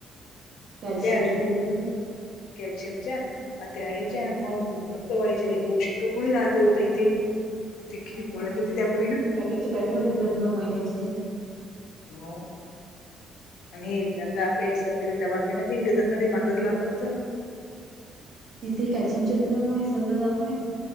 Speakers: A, on the right; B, on the left.
A: कॅल्शियमच्या
B: त्या
A: देऊया आधी
B: कॅल्शियमच्या अ त्या याच्या
A: हा
B: मग रक्तवाढच्या येेऊ शकतो गुणी राहते होत
A: हो
B: इथे आणि ते किती
A: नाही
B: मळ
A: तर काय
B: किती त्या गुळीन
A: पॅकेटचे, पॅकेटच देतात निव्वळ महिन्याचे
B: यू नो आणि आता आपल्या सरकारी दवाखान्यात इत मागतला आपण त
A: तिथे कॅल्शियमच देतात मग हे सगळं दवाखान्यात